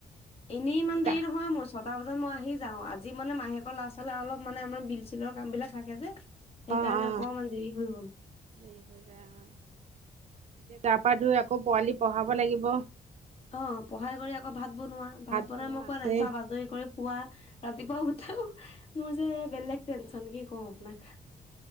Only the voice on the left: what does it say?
এনেই ইমান দেৰি
নহয় মোৰ চত তাৰ বজাত মই আহি যাওঁ আজি মানে মাহেকৰ ল'ৰা ছোৱালে অলপ মানে আমাৰ বিল চিলৰ কাম বিলাক থাকে যে। সেইকাৰণে
অকমান দেৰি হৈ গ'ল।
অ', পঢ়াই কৰি আকৌ ভাত বনোৱা, ভাত বনাই
মই কোৱা
নাই চোৱা আজৰি কৰি খোৱা। ৰাতিপুৱা উঠও মোৰ যে বেলেগ টেনচন কি কওঁ আপোনাক।